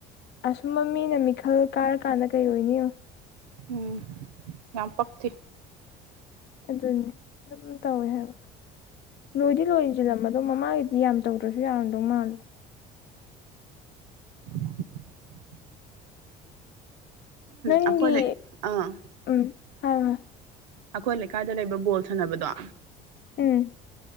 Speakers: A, on the left; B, on the right.
A: ꯑꯁꯨꯝꯕ ꯃꯤꯅ ꯃꯤꯈꯜ ꯀꯥꯔꯀꯥꯟꯗ ꯀꯩ ꯑꯣꯏꯅꯤ ꯌꯦꯡꯉꯨ
B: ꯎꯝ ꯌꯥꯝ ꯄꯛꯇꯦ
A: ꯑꯗꯨꯅꯤ ꯑꯗꯨꯝ ꯇꯧꯋꯦ ꯍꯏꯕ ꯂꯣꯏꯗꯤ ꯂꯣꯏꯁꯤꯜꯂꯝꯃꯗꯣ ꯃꯃꯥꯒꯤꯗꯤ ꯌꯥꯝ ꯇꯧꯗ꯭ꯔꯁꯨ ꯌꯔꯝꯗꯧ ꯃꯥꯜꯂꯦ
B: <inaudible>
A: ꯅꯪꯒꯤ
B: ꯑꯩꯈꯣꯏ ꯂꯩ ꯑꯥ
A: ꯎꯝ ꯍꯥꯏꯔꯣ
B: ꯑꯩꯈꯣꯏ ꯂꯩꯀꯥꯏꯗ ꯂꯩꯕ ꯕꯣꯜ ꯁꯥꯟꯅꯕꯗꯣ
A: ꯎꯝ